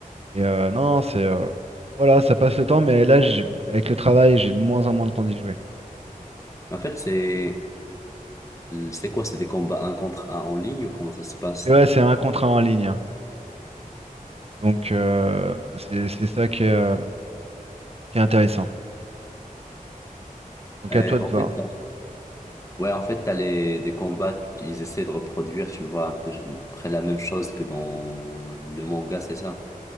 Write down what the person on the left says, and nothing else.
En fait, c'est c'est quoi? C'est des combats un contre un en ligne ou comment ça se passe?
Euh,
en
fait, Ouais, en fait, t'as les, des combats, ils essaient de reproduire, tu vois, un peu près la même chose que dans le manga, c'est ça?